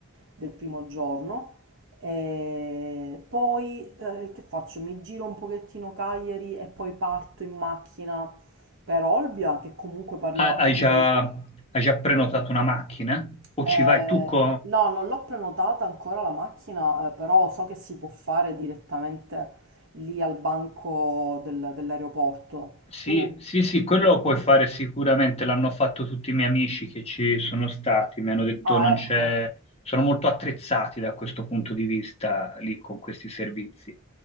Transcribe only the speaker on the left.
Hai
già, hai già prenotato una macchina? O
ci vai tu con...
Sì,
sì, sì, quello lo puoi fare sicuramente, l'hanno fatto tutti i miei amici che ci sono stati, mi hanno detto
non
c'è, sono molto attrezzati da questo punto di vista lì con questi servizi.